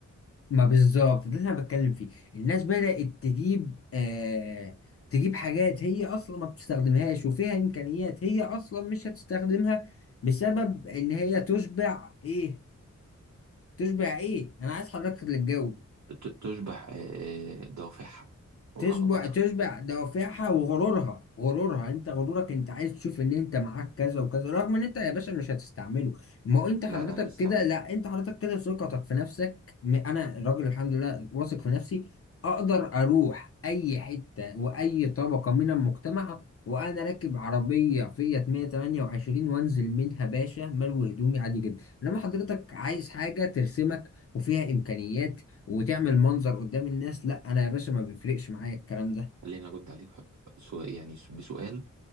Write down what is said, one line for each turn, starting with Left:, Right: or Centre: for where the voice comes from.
Left: ما بالظبط ده اللي أنا بتكلم فيه الناس بدأت تجيب آه تجيب حاجات هي أصلا ما بتستخدمهاش وفيها إمكانيات هي أصلا مش هتستخدمها بسبب إن هي تشبع إيه تشبع إيه أنا عايز حضرتك اللي تجاوب
Right: ت- تشبع آه، آه، دوافعها ورغباتها
Left: تشبع تشبع دوافعها وغرورها غرورها انت غرورك انت عايز تشوف ان انت معاك كذا وكذا رغم ان انت يا باشا مش هتستعمله ما هو انت حضرتك
Right: لا لا انا بستعمله
Left: كده لا انت حضرتك كده ثقتك في نفسك م- انا راجل الحمد لله واثق في نفسي اقدر اروح اي حتة واي طبقة من المجتمع وانا راكب عربية فيات 128 وانزل منها باشا ملوي هدومي عادي جدا انما حضرتك عايز حاجة ترسمك وفيها امكانيات وتعمل منظر قدام الناس لا انا يا باشا ما بيفرقش معايا الكلام ده
Right: خليني ارد عليك سو- يعني بسؤال